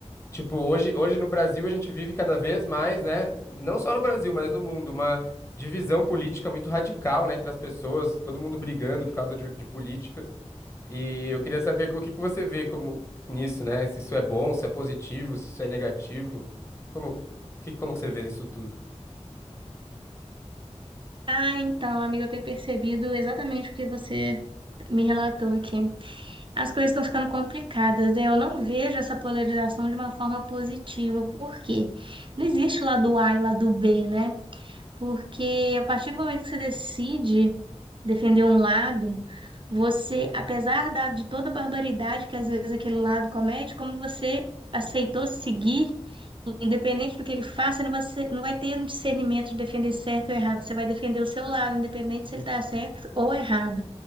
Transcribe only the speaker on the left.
Tipo, hoje, hoje no Brasil a gente vive cada vez mais, né? Não só no Brasil, mas no mundo, uma divisão política muito radical, né, entre as pessoas, todo mundo brigando por causa de de política. E eu queria saber o que que você vê como nisso, né? Se isso é bom, se é positivo, se isso é negativo. Como, o que, como que você vê isso tudo?